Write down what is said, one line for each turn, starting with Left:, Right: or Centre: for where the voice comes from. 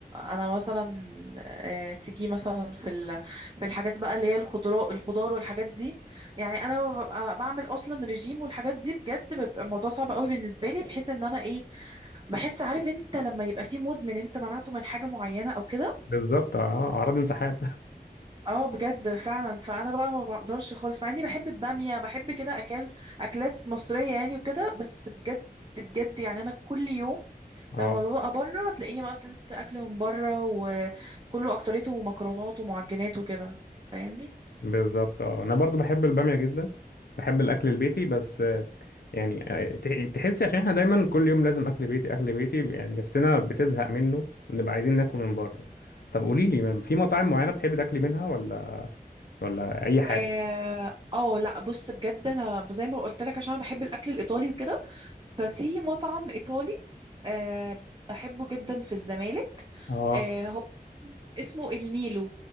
Right: انا مثلا آه، تيجي مثلا في ال... في الحاجات بقى اللي هي الخضراء الخضار والحاجات دي يعني انا ببقى بعمل اصلا رجيم والحاجات دي بجد بيبقى الموضوع صعب قوي بالنسبة لي بحيث ان انا ايه بحس عارف انت لما يبقى في مدمن انت منعته من حاجة معينة او كده
Left: بالظبط اه اعراض انسحاب
Right: اه بجد فعلا فانا بقى ما بقدرش خالص مع اني بحب البامية بحب كده اكل اكلات مصرية يعني وكده بس بجد بجد يعني انا كل يوم
Left: <laughs> اه
Right: لما ببقى بره تلاقيني بقى اكلت اكل من بره وكله اكتريته مكرونات ومعجنات وكده فاهمني
Left: بالظبط اه انا برضو بحب الباميه جدا بحب الاكل البيتي بس آه، يعني آه، ت- تحسي عشان احنا دايما كل يوم لازم اكل بيتي اكل بيتي يعني نفسنا بتزهق منه ونبقى عايزين ناكل من بره طب قولي لي ما- في مطاعم معينه بتحبي تاكلي منها ولا ولا اي حاجه
Right: اه آه، لا بص بجد انا زي ما قلت لك عشان انا بحب الاكل الايطالي وكده ففي مطعم ايطالي آه بحبه جدا في الزمالك
Left: اه
Right: آه هو اسمه النيلو